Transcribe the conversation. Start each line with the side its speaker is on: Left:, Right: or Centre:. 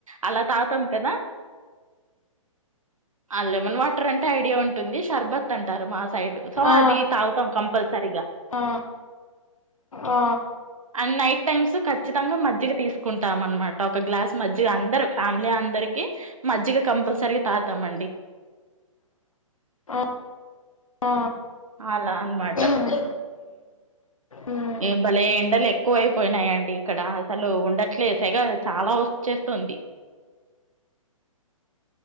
Right: అల తాతం కదా ఆ లెమన్ వాట్ ట్ర ఐడియా ఉంటుంది షర్భత్ అంటారు మా సైడ్ సో
Left: ఆ
Right: అది తాగుతాం కంపల్సరిగా
Left: ఆ ఆ
Right: అండ్ నైట్ టైమ్స్ ఖచ్చితంగా మజ్జిగ తీసుకుంటామన్మాట ఒక గ్లాస్ మజ్జిగ అందరూ ఫ్యామిలీ అందరం కి మజ్జిగ కంపల్సరీగా తాగుతామండి
Left: ఆ ఆ
Right: అలా అన్నమాట
Left: మ్మ్ మ్మ్
Right: ఏ భలే ఎండలు ఎక్కువ అయిపోయినాయిండి ఇక్కడ అసలు ఉండట్లే సెగ చాలా వచ్చేస్తుంది